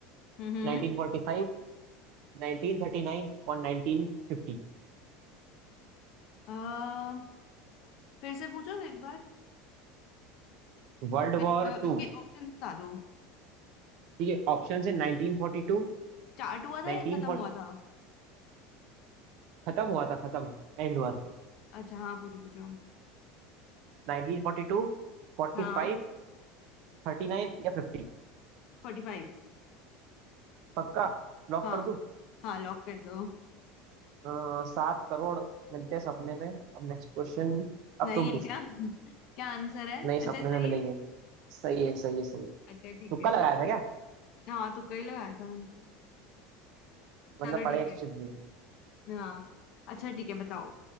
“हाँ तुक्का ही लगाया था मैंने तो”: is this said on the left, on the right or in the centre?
Left